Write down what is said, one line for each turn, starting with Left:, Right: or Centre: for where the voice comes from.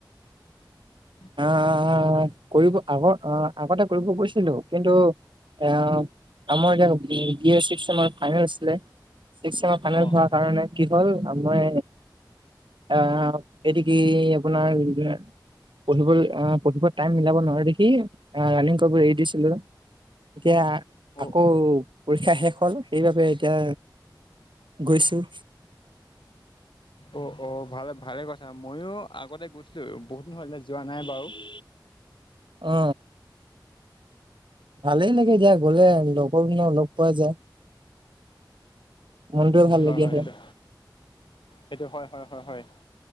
Left: <inaudible>
Right: আহ কৰিব আগ আহ আগতে কৰিব গৈছিলো কিন্তু। আহ আমাৰ এতিয়া বি এ ছিক্স চেমৰ ফাইনেল আছিলে। চিক্স চেয়াৰ ফাইনেল
Left: অ',
Right: হোৱাৰ কাৰণে কি হল মই আহ এইটো কি আপোনাৰ সিদিনা পঢ়িবলৈ পঢ়িব টাইম মিলাব নোৱাৰে দেখি ৰানিং কৰিব এৰি দিছিলো। এতিয়া
Left: অ',
Right: আকৌ পৰীক্ষা শেষ হ'ল। সেইবাবে এতিয়া গৈছোঁ
Left: উ <inaudible> অ অ ভালে ভালে কথা ময়ো আগতে গৈছিলো। বহুত দিন হল যোৱা নাই বাও। উ <inaudible>
Right: অ। ভালেই লাগে দিয়া গলে লগৰখিনিও লগ পোৱা যায়। মনটোয়ে ভাল
Left: হয়
Right: লাগি
Left: হয়
Right: আহে।
Left: সেইটো সেইটো হয় হয় হয় হয়